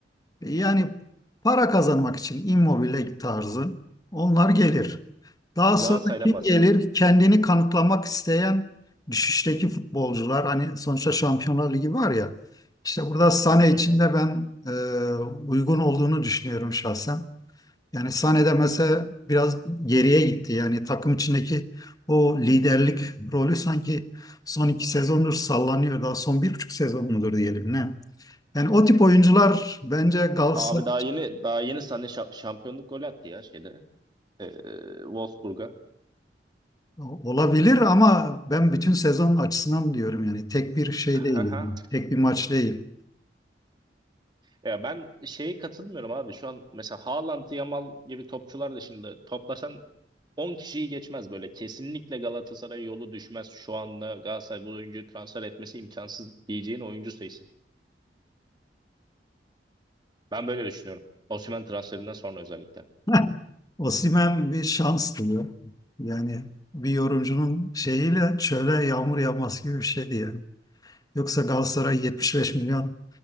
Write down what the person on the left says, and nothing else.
yani para kazanmak için immobile tarzı onlar gelir. Daha
sonra kim
gelir kendini kanıtlamak isteyen düşüşteki futbolcular hani sonuçta Şampiyonlar Ligi var ya işte burada Sané
için
de ben e, uygun olduğunu düşünüyorum şahsen. Yani sahnede mesela biraz geriye gitti. Yani takım içindeki o liderlik rolü sanki son iki sezondur sallanıyor. Daha son bir buçuk sezon mudur diyelim ne? Yani o tip oyuncular bence Galatasaray
olabilir ama ben bütün sezon açısından diyorum yani tek bir şey değil,
yani. tek bir maç değil.
<laughs> Osimhen bir şans diyor. Yani bir yorumcunun şeyiyle şöyle yağmur yağması gibi bir şeydi yani. Yoksa Galatasaray 75 milyon